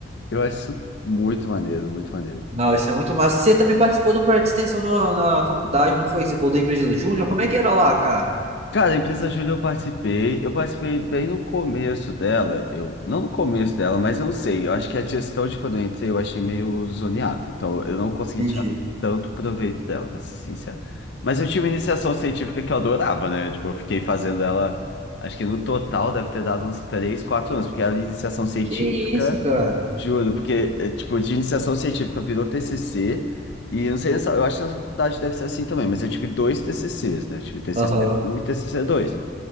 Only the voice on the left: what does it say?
eu acho isso muito maneiro, muito maneiro.
Cara, a empresa Júlia eu participei, eu participei bem no começo dela, eu não no começo dela, mas eu não sei, eu acho que a gestão de quando eu entrei eu achei meio zoneada, então eu não consegui
tirar tanto proveito dela, pra ser sincero. Mas eu tinha uma iniciação científica que eu adorava, né? Tipo, eu fiquei fazendo ela, acho que no total deve ter dado uns 3, 4 anos, porque era iniciação científica
Juro, porque, é, tipo, de iniciação científica virou TCC, e eu não sei, nessa- eu acho que nessa faculdade deve ser assim também, mas eu tive dois TCCs, né? Eu tive tcc
um e tcc dois.